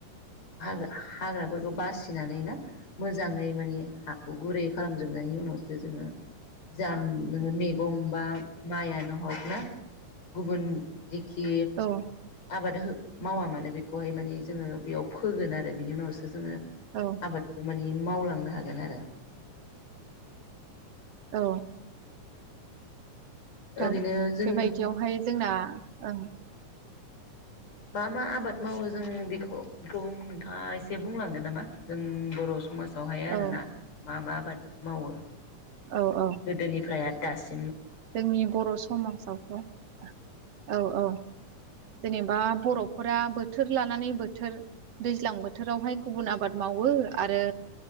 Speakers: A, on the left (about 55°); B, on the right (about 60°).
A: हाग हाग्राफोरखौ बासिनानै ना मोजाङै मानि हाखौ गुरै खालामजोबनायनि उनावसो जोङो जाम नोङो मैगं बा माइआ नो हरनो गुबुन जिखि
B: औ
A: आबाद हो मावा मानो बेखौहाय मानि जोङो बेयाव फोगोन आरो बिनि उनावसो जोङो
B: औ
A: आबादखौ मानि मावलांनो हागोन आरो
B: औ। थां
A: ओरैनो जों
B: बेबायदियावहाय जोंना ओं
A: मा मा आबाद मावोजों बेखौखौ नोंथाङा एसे बुंलांगोन नामा जों बर' समाज वहाया आरोना
B: औ
A: मा मा आबाद मावो?
B: औ औ
A: गोदोनिफ्राय आरो दास
B: जोंनि बर' समाजावथ' औ औ जेनेबा बर'फोरा बोथोर लानानै बोथोर दैज्लां बोथोरावहाय गुबुन आबाद मावो आरो